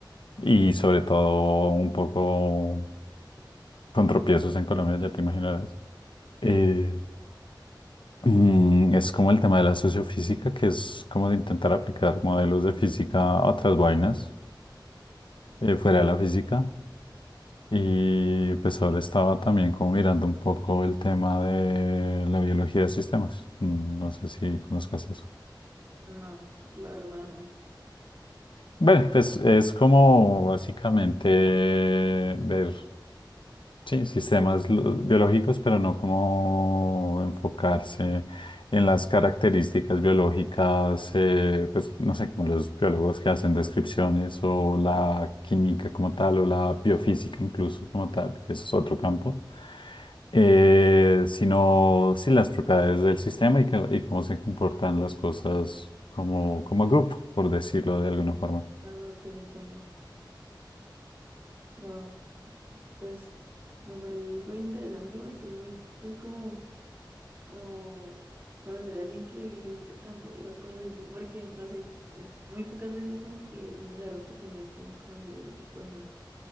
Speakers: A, on the left; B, on the right.
A: y sobre todo un poco con tropiezos en Colombia, ya te imaginarás.
B: Sí,
A: Eh,
B: sí, te
A: Mm, Es como el tema de la sociofísica, que es como de intentar aplicar modelos de física a otras vainas
B: entiendo.
A: eh, fuera de la física. Y pues ahora estaba también como mirando un poco el tema de la biología de sistemas. Mm, No sé si conozcas eso.
B: No, la verdad no.
A: Bueno, pues es como básicamente ver Sí, sistemas lo- biológicos, pero no como enfocarse en las características biológicas, eh, pues no sé, como los biólogos que hacen descripciones o la
B: Ujú.
A: química como tal o la biofísica incluso como
B: Sí.
A: tal, que eso es otro campo, eh, sino sí las propiedades del sistema y, que- y cómo se comportan las cosas como, como grupo, por decirlo de alguna forma.
B: Ah, ok, ya entiendo. Wow, pues me parece súper interesante porque es muy cool como, como conocer a alguien que le guste tanto y esas cosas así, porque no sé, eh, muy pocas veces como que uno se da la oportunidad como de conocer ese tipo de gente.